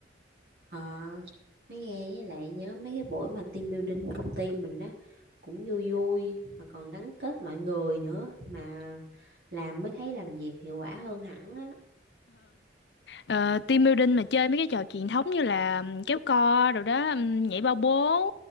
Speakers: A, on the right (about 60°); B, on the left (about 70°).
A: Ờ, nói nghe với lại nhớ mấy cái buổi mà team building công ty mình á cũng vui vui mà còn gắn kết mọi người nữa mà làm mới thấy làm việc hiệu quả hơn hẳn á.
B: Ờ, team building mà chơi mấy cái trò truyền thống như là ừm, kéo co rồi đó, ừm, nhảy bao bố